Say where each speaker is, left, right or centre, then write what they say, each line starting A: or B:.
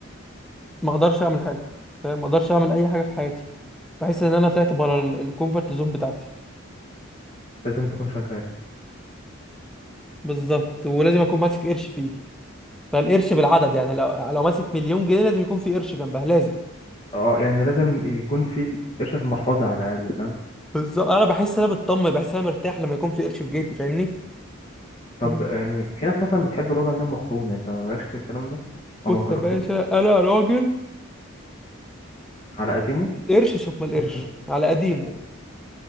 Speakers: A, in the centre; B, on the left (about 30°).
A: ما اقدرش اعمل حاجه فاهم ما اقدرش اعمل اي حاجه في حياتي بحس ان انا طلعت بره الكومفورت زون بتاعتي
B: لازم تكون شغال
A: بالظبط ولازم اكون ماسك قرش في ايدي فاهم قرش بالعدد يعني لو لو ماسك مليون جنيه لازم يكون في قرش جنبها لازم
B: اه يعني لازم يكون في قرش في المحفظة على الأقل فاهم
A: بالظبط انا بحس ان انا مطمن بحس ان انا مرتاح لما يكون في قرش في جيبي فاهمني
B: طب
A: مم.
B: يعني في ناس مثلا بتحب الربع جنيه مخروم انت مالكش في الكلام ده او
A: بص
B: ما جربتوش
A: يا باشا انا راجل
B: على قديمه
A: القرش شوف ما القرش
B: ممكن
A: على قديمه